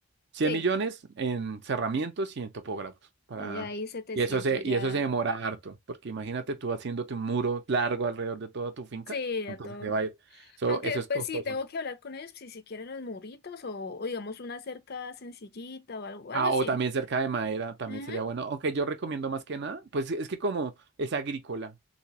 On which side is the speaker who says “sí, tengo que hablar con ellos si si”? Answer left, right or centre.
Left